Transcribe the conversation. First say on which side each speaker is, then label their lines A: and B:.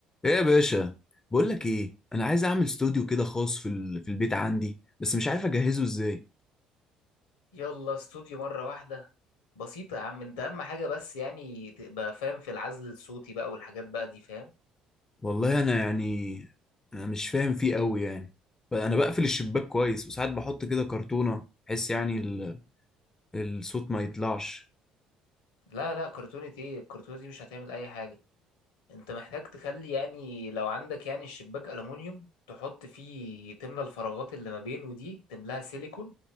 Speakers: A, on the left (about 15°); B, on the left (about 70°).
A: ايه يا باشا بقول لك ايه انا عايز اعمل استوديو كده خاص في ال- في البيت عندي بس مش عارف اجهزه ازاي
B: يلا استوديو مرة واحدة بسيطة يا عم انت اهم حاجة بس يعني تبقى فاهم في العزل الصوتي بقى والحاجات بقى دي فاهم
A: والله انا يعني انا مش فاهم فيه قوي يعني انا بقفل الشباك كويس وساعات بحط كده كرتونة بحيث يعني ال- الصوت ما يطلعش
B: لا لا كرتونة ايه الكرتونة دي مش هتعمل اي حاجة انت محتاج تخلي يعني لو عندك يعني الشباك ألمونيوم تحط فيه تملى الفراغات اللي ما بينه دي تملاها سيليكون